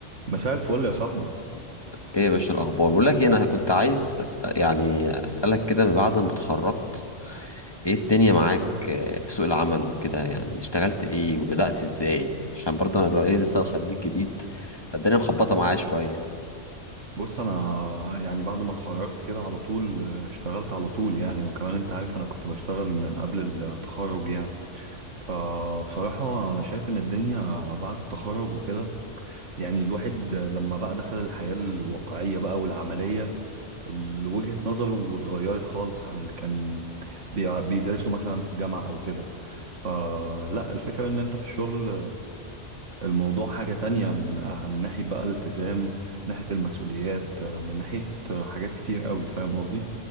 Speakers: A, on the right; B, on the left.
A: مساء الفل يا صاحبي
B: ايه يا باشا الاخبار بقول لك إيه، انا كنت عايز أس... يعني اسالك كده من بعد ما اتخرجت ايه الدنيا معاك آه، في سوق العمل وكده يعني اشتغلت ايه وبدأت ازاي عشان برضه انا لو ايه لسه خريج جديد فالدنيا مخبطه معايا شويه
A: بص انا يعني بعد ما اتخرجت كده على طول آه، اشتغلت على طول يعني وكمان انت عارف انا كنت بشتغل من قبل التخرج يعني فبصراحة انا شايف ان الدنيا بعد التخرج وكده يعني الواحد لما بقى دخل الحياة الواقعية بقى والعملية ال- وجهة نظره اتغيرت خالص عن اللي كان بيع- بيدرسه مثلا في الجامعة او كده فلا الفكرة ان انت في الشغل الموضوع حاجة تانية من آه، من ناحية بقى الالتزام من ناحية المسؤوليات آه، من ناحية آه، حاجات كتير قوي فاهم قصدي